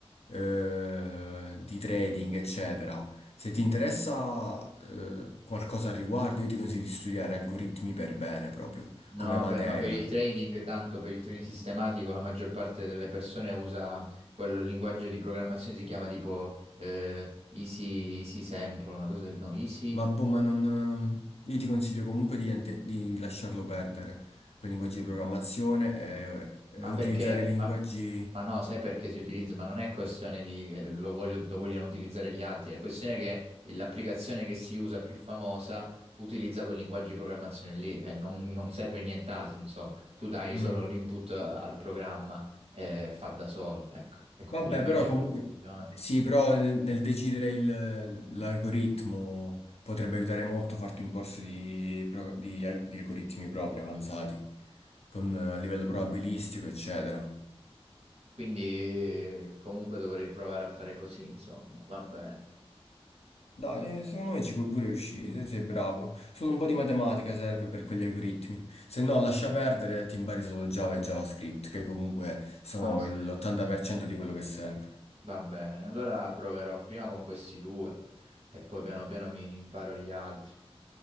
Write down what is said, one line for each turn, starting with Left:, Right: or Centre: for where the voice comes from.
Left: eh, di trading, eccetera. Se ti interessa eh, qualcosa al riguardo, io ti consiglio di studiare algoritmi per bene, proprio,
Right: No,
Left: come materia.
Right: per- ma per il trading, tanto per il trading sistematico, la maggior parte delle persone usa quel linguaggio di programmazione, si chiama tipo eh, Easy, Easy Sample, una cosa del no, Easy.
Left: Ma boh, ma non... eh, Io ti consiglio comunque di, di- di lasciarlo perdere, quei linguaggi di programmazione e, e
Right: Ma
Left: utilizzare
Right: perché?
Left: i linguaggi...
Right: Ma, ma no, sai perché si utilizza? Ma non è questione di che lo voglio- lo vogliono utilizzare gli altri, è questione che l'applicazione che si usa più famosa utilizza quel linguaggio di programmazione lì e non, non serve nient'altro, insomma. Tu dai
Left: mm,
Right: solo l'input al programma e fa da solo, ecco, e con
Left: Vabbè,
Right: quel linguaggio
Left: però
Right: di
Left: comunque
Right: programmazione.
Left: sì, però nel, nel decidere il- l'algoritmo potrebbe aiutare molto farti un corso di, pro- di al- di algoritmi propri avanzati, con, eh, a livello probabilistico, eccetera.
Right: Quindi eh, comunque dovrei provare a fare così, insomma, va bene,
Left: Dai, eh, secondo me ci puoi pure riuscire, se sei bravo. Solo un po' di matematica serve per quegli algoritmi. Se no, lascia perdere, ti impari solo Java e JavaScript, che comunque sono
Right: non serve.
Left: l'80% di quello che serve.
Right: Va bene, allora proverò prima con questi due e poi piano piano mi imparo gli altri.